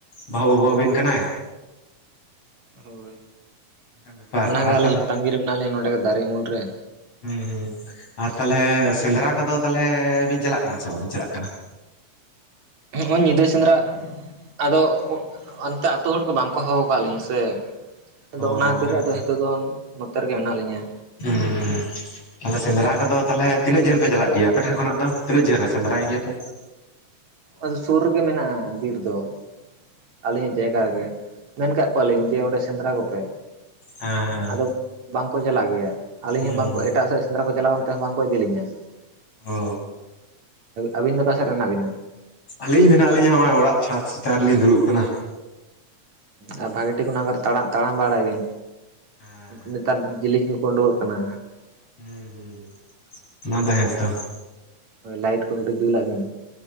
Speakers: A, on the left; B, on the right.
A: ᱵᱟᱹᱦᱩ ᱟᱹᱜᱩᱣᱟᱵᱮᱱ ᱠᱟᱱᱟᱭ
B: ᱦᱳᱭ
A: ᱚᱱᱠᱟᱱ ᱵᱮᱯᱟᱨ
B: ᱚᱱᱟᱜᱮ
A: ᱟᱨ
B: ᱟᱹᱞᱤᱧᱟᱜ
A: ᱛᱟᱦᱚᱞᱮ
B: ᱛᱟᱜᱤᱨᱮ ᱢᱮᱱᱟᱜ ᱞᱤᱧᱟ ᱱᱚᱰᱮ ᱜᱮ ᱫᱟᱨᱮ ᱩᱢᱩᱞ ᱨᱮ᱾
A: ᱦᱮᱸ ᱦᱮᱸ ᱟᱨ ᱛᱟᱦᱚᱞᱮ ᱥᱮᱸᱫᱽᱨᱟ ᱠᱚᱫᱚ ᱛᱟᱦᱚᱞᱮ ᱵᱤᱱ ᱪᱟᱞᱟᱜ ᱠᱟᱱᱟ ᱥᱮ ᱵᱟᱵᱤᱱ ᱪᱟᱞᱟᱜ ᱠᱟᱱᱟ?
B: ᱱᱚᱜ-ᱚᱭ ᱧᱤᱫᱟᱹ ᱥᱮᱸᱫᱽᱨᱟ ᱟᱫᱚ ᱚᱱᱛᱮ ᱟᱛᱳ ᱦᱚᱲ ᱠᱚ ᱵᱟᱝ ᱠᱚ ᱦᱚᱦᱚᱣᱟ ᱠᱟᱫ ᱞᱤᱧᱟ ᱥᱮ ᱟᱫᱚ
A: ᱚ
B: ᱚᱱᱟ ᱠᱷᱟᱹᱛᱤᱨ
A: ᱦᱮᱸᱛᱚ
B: ᱟᱫᱚ ᱱᱤᱛᱚᱜ ᱫᱚ ᱱᱚᱛᱮ ᱨᱮᱜᱮ ᱢᱮᱱᱟᱜ ᱞᱤᱧᱟᱹ᱾
A: ᱦᱮᱸ ᱦᱩᱸ ᱛᱟᱦᱚᱞᱮ ᱥᱮᱸᱫᱽᱨᱟ ᱠᱚᱫᱚ ᱛᱟᱦᱚᱞᱮ ᱛᱤᱱᱟᱹᱜ ᱡᱷᱟᱹᱞ ᱯᱮ ᱪᱟᱞᱟᱜ ᱜᱮᱭᱟ ᱟᱯᱮᱴᱷᱮᱱ ᱠᱷᱚᱱᱟᱜ ᱫᱚ? ᱛᱤᱱᱟᱹᱜ ᱡᱷᱟᱹᱞ ᱨᱮ ᱥᱮᱫᱽᱨᱟᱹᱭ ᱜᱮᱭᱟᱹ ᱯᱮ
B: ᱟᱫᱚ ᱥᱩᱨ ᱨᱮᱜᱮ ᱢᱮᱱᱟᱜ-ᱟ ᱵᱤᱨ, ᱫᱚ ᱟᱹᱞᱤᱧᱟᱜ ᱡᱟᱭᱜᱟ ᱨᱮᱜᱮ ᱢᱮᱱ ᱠᱟᱜ ᱠᱚ ᱠᱚᱣᱟᱞᱤᱧ ᱡᱮ ᱚᱸᱰᱮ ᱥᱮᱸᱫᱽᱨᱟ ᱠᱚᱯᱮ᱾
A: ᱦᱮᱸ
B: ᱟᱫᱚ ᱵᱟᱝᱠᱚ ᱪᱟᱞᱟᱜ ᱜᱮᱭᱟ ᱟᱹᱞᱤᱧ
A: ᱦᱮᱸ
B: ᱦᱚᱸ ᱵᱟᱝᱠᱚ
A: ᱦᱩᱸ
B: ᱮᱴᱠ ᱮᱴᱟᱜ ᱥᱮᱫ ᱥᱮᱸᱫᱽᱨᱟ ᱠᱚ ᱪᱟᱞᱟᱜ-ᱟ ᱚᱱᱛᱮ ᱦᱚᱸ ᱵᱟᱝᱠᱚ ᱤᱫᱤ ᱞᱤᱧᱟᱹ
A: ᱚ
B: ᱟᱹᱵᱤᱱ ᱫᱚ ᱚᱠᱟ ᱥᱮᱫ ᱨᱮ ᱢᱮᱱᱟᱜ ᱵᱤᱱᱟ?
A: ᱟᱹᱞᱤᱧ ᱢᱮᱱᱟᱜ ᱞᱤᱧᱟ ᱱᱚᱜ-ᱚᱭ ᱚᱲᱟᱜ ᱪᱷᱟᱸᱫᱽ ᱪᱮᱛᱟᱱ ᱨᱮᱞᱤᱧ ᱫᱩᱲᱩᱵ ᱠᱟᱱᱟ᱾
B: ᱟᱨ ᱵᱷᱟᱜᱤ ᱴᱷᱤᱠ ᱚᱱᱟ ᱠᱚᱨᱮ ᱛᱟᱲᱟᱢ ᱵᱟᱲᱟᱭ ᱵᱤᱱ
A: ᱦᱮᱸ
B: ᱱᱮᱛᱟᱨ ᱡᱤᱞᱮᱧ ᱠᱚ ᱩᱰᱩᱠᱚᱜ ᱠᱟᱱᱟ᱾
A: ᱦᱩᱸ ᱦᱩᱸ ᱚᱱᱟ ᱫᱚ ᱦᱮᱸᱛᱚ
B: ᱦᱳᱭ ᱞᱟᱭᱤᱴ ᱠᱚ ᱠᱟᱹᱴᱤᱡ ᱡᱩᱞᱟᱜ ᱵᱤᱱ